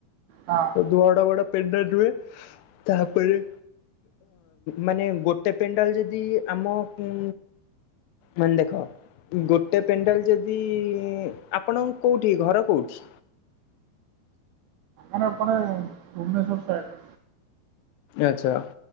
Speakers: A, on the right; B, on the left.
A: ହଁ।
B: ବଡା ବଡା ପେଣ୍ଡାଲ ରୁହେ ତାପରେ ମାନେ ଗୋଟେ ପେଣ୍ଡାଲ ଯଦି ଆମ ଉଁ ମାନେ ଦେଖ ଗୋଟେ ପେଣ୍ଡାଲ ଯଦି ଆପଣ କେଉଠି ଘର କେଉଠି?
A: ଆମ ଏପଟେ ଭୁବନେଶ୍ଵର ସାଇଡରେ।
B: ଆଚ୍ଛା।